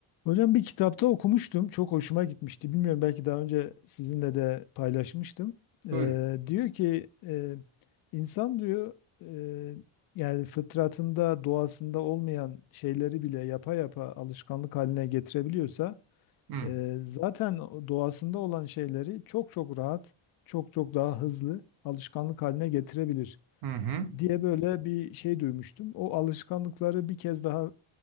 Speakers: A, on the left; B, on the right.
A: Hocam bir kitapta okumuştum. Çok hoşuma gitmişti. Bilmiyorum belki daha önce sizinle de paylaşmıştım. Ee,
B: Buyurun.
A: diyor ki e, insan diyor e, yani fıtratında, doğasında olmayan şeyleri bile yapa yapa alışkanlık haline getirebiliyorsa
B: Hı,
A: e, zaten o doğasında olan şeyleri çok çok rahat, çok çok daha hızlı alışkanlık haline getirebilir
B: hı, hı.
A: diye böyle bir şey duymuştum. O alışkanlıkları bir kez daha